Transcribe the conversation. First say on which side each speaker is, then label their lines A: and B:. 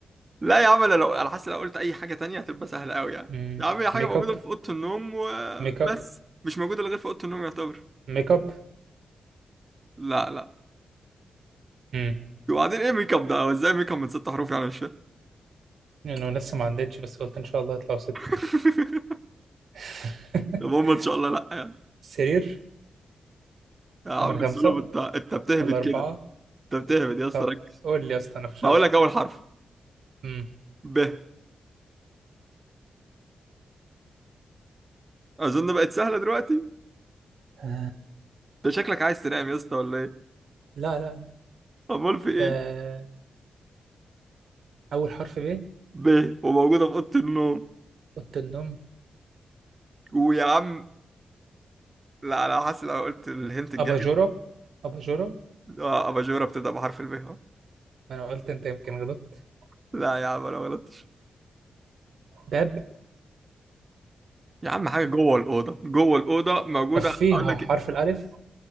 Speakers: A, on the right; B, on the right.
A: لا يا عم انا لو انا حاسس لو قلت اي حاجه تانية هتبقى سهله قوي يعني
B: امم
A: يا عم هي حاجه
B: ميك
A: موجوده
B: اب
A: في اوضه النوم وبس
B: ميك اب
A: مش موجوده إلا غير في اوضه النوم يعتبر
B: ميك اب
A: لا لا
B: امم
A: وبعدين ايه ميك اب ده هو ازاي ميك اب من ست حروف يعني مش فاهم
B: انا لسه ما عدتش بس قلت ان شاء الله يطلعوا ستة
A: <laughs>
B: <laughs>
A: يا ماما ان شاء الله لا يعني
B: سرير
A: يا عم
B: تمن خمسة
A: سلم انت انت بتهبد
B: ولا أربعة
A: كده انت بتهبد يا اسطى
B: طب
A: ركز
B: قول لي يا اسطى أنا فشلت
A: هقول لك اول حرف
B: امم
A: ب اظن بقت سهله دلوقتي
B: آه.
A: انت شكلك عايز تنام يا اسطى ولا ايه
B: لا لا لا
A: امال في ايه
B: ده أول حرف ب
A: ب وموجودة في أوضة النوم
B: أوضة النوم
A: ويا عم لا لا حاسس لو قلت الهنت الجاي
B: أباجورة أباجورة
A: آه، أباجورة بتبدأ بحرف الب أهو.
B: ما أنا قلت أنت يمكن غلطت
A: لا يا عم أنا ما غلطتش
B: باب
A: يا عم حاجة جوه الأوضة جوه الأوضة موجودة
B: طب فيها
A: أقول
B: حرف
A: لك إيه؟
B: الألف